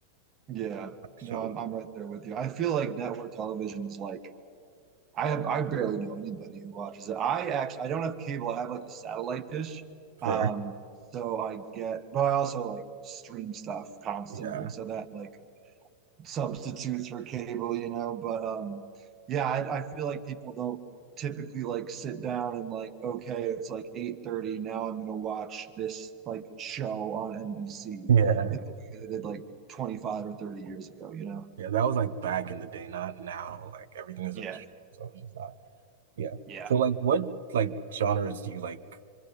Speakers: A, on the right; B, on the right.
A: Yeah,
B: shows.
A: no, I'm I'm right there with you. I feel like network television is like I have I barely know anybody who watches it. I actually I don't have cable. I have like a satellite dish. Um,
B: Fair.
A: so I get, but I also like stream stuff constantly.
B: Yeah.
A: So that like substitutes for cable, you know. But um, yeah, I, I feel like people don't typically like sit down and like, okay, it's like 8:30. Now I'm gonna watch this like show on NBC
B: Yeah.
A: in the way they did like 25 or 30 years ago, you know?
B: Yeah. That was like back in the day, not now. Like everything is
A: Yeah,
B: on. So it's just not. Yeah.
A: yeah.
B: So like what like genres do you like